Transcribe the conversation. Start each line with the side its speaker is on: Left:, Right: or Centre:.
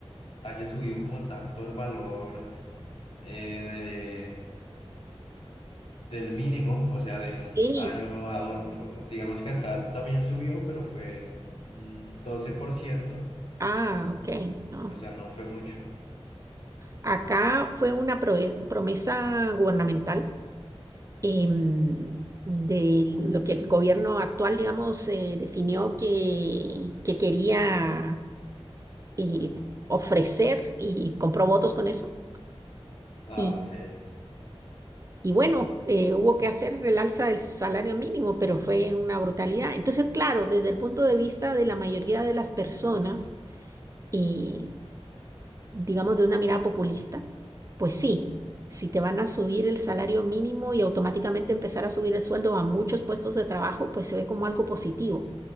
Left: haya subido como tanto el valor eh, de, del mínimo, o sea, de un
Right: Sí.
Left: año a otro. Digamos que acá también subió, pero fue un 12%,
Right: Ah, ok, no.
Left: o sea, no fue mucho.
Right: Acá fue una proes- promesa gubernamental em, de lo que el gobierno actual, digamos, eh, definió que, que quería eh, ofrecer y compró votos con eso
Left: Ah,
Right: Y,
Left: ok.
Right: y bueno, eh, hubo que hacer el alza del salario mínimo, pero fue una brutalidad. Entonces, claro, desde el punto de vista de la mayoría de las personas, y digamos de una mirada populista, pues sí, si te van a subir el salario mínimo y automáticamente empezar a subir el sueldo a muchos puestos de trabajo, pues se ve como algo positivo.